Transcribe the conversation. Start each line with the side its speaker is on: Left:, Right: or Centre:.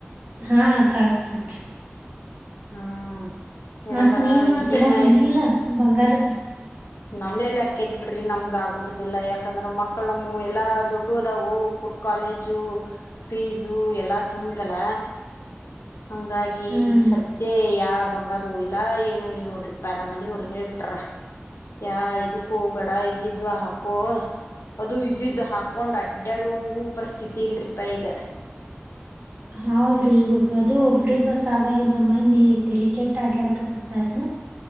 Right: ಹಾ ಕಳಸ್ತೇನ್ರಿ
Left: ಹ್ಮ್ ಯಾಕಂದ್ರ
Right: ಮತ್ತ್ ನೀವ
Left: ಈಗಿನ
Right: ತಗೊಂಡ್ರಿನ ಇಲ್ಲ ಬಂಗಾರತ
Left: ನಮ್ಮೆಲ್ಲ ಅಾಕತ್ ಬಿಡ್ರಿ ನಮ್ಗ ಆಗುದಲ್ಲಾ ಯಾಕಂದ್ರ ಮಕ್ಳ ನಮ್ಮ ಎಲ್ಲಾ ದೊಡ್ಡು ಹದವು ಕುರ್ ಕಾಲೇಜು ಫೀಸು ಎಲ್ಲಾ ತುಂಬಲ್ಲ ಹಂಗಾಗಿ
Right: ಹ್ಮ್
Left: ಈಗ ಸದ ಯಾ ಬಂಗಾರ ಇಲ್ಲ ಏನು ಇಲ್ ನೋಡ್ರಿಪ್ಪಾ ನಮ್ಮ ಮನಿವರು ಹೇಳ್ಬಿಟ್ರ ಯಾ ಇದಕ್ಕ ಹ ಬೇಡ ಇದಿದ್ವ ಹಾಕೋ ಅದು ಇದಿದ್ದ ಹಾಕ ಕೊಂಡ್ ಅಡ್ಡಾಡಂಗು ಪರಿಸ್ಥಿತಿ ಕಲ್ರಿಿ ಪ ಈಗ
Right: ಹೌದ್ರಿ ಈಗ ಅದು ಫ್ರೀ ಬಸ್ ಆದಾಗಿಂದ ಮಂದಿ ಡೆಲಿಕೆಟ್ ಆಡಾಡಕತ್ ಬಿಟ್ಟಾರ